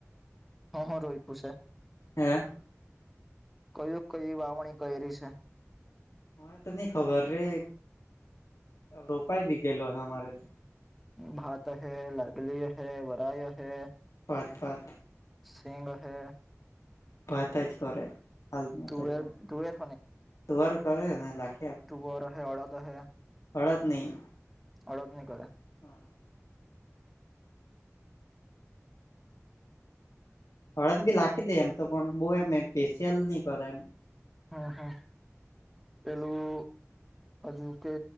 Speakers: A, in the centre; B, on the left (about 80°).
A: હ હ રોપીયુ છે.
B: હે.
A: કયું કયી વાવણી કરી છે.?
B: અરે તો નહી ખબર રે રોપાઈ બી ગેલો હ અમારે તો.
A: ભાત અહૈ નાગલી અહૈ વરાય અહે
B: પત પત.
A: સિંગ અહે.
B: ભાત જ કરે હાલમાં
A: તુવેર
B: તો જો
A: તુવેર
B: તુવાર કરે લાગ
A: તુ વર અહૈ અળદ અહૈ.
B: અડદ નહીં.
A: અડદ ની કરે.
B: હા હા. થડત બી લખી દે એમ તો પણ બહ એમમ સ્પેશિયલ નહી કરે એમ.
A: હા હા. પેલું હજુ કે